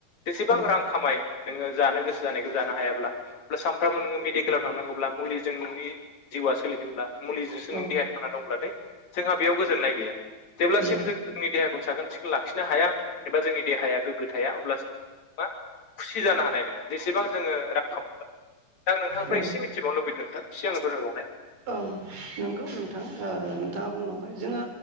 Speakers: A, on the left; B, on the right.
A: जेसेबां
B: औ
A: रां खामाय नोङो जानो गोसो जानायखौ जानो हायाब्ला अब्ला सानफ्रोमबो नोङो मेडिकेलाव थांनांगौब्ला मुलि जों नोंनि जिउआ सोलिदोंब्ला मुलिजोसो
B: औ
A: नोंनि देहाया थाना दंब्लाथाय जोंहा बेयाव गोजोननाय गैया जेब्लासिम
B: गैया
A: जों जोंनि देहाखौ साखोन सिखोन लाखिनो हाया एबा जोंनि देहाया गोग्गो थाया अब्लासिम मा खुसि जानो हानाय नङा जेसेबां जोङो <unintelligible> आं नोंथांफ्रा
B: औ
A: एसे मिथिबावनो लुबैदों नोंथां एसे आंनो फोरमायबावनाय
B: ओं नोंगौ नोंथां ओ नोंथाङा बुंलांबाय जोङो